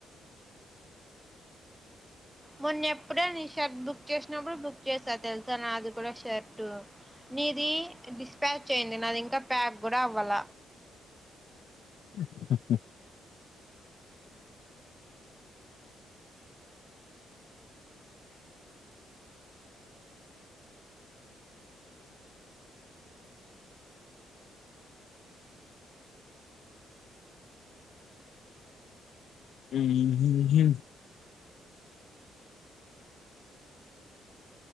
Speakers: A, in the centre; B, on the left (about 65°).
A: మొన్న ఎప్పుడే నీ షర్ట్ బుక్ చేసినప్పుడు బుక్ చేసా తెలుసా నా అది కూడా షర్ట్ నీది డిస్పాచ్ అయయింది నాది ఇంకా ప్యాక్ కూడా అవ్వాల
B: ఉ హు హు ఉహు హు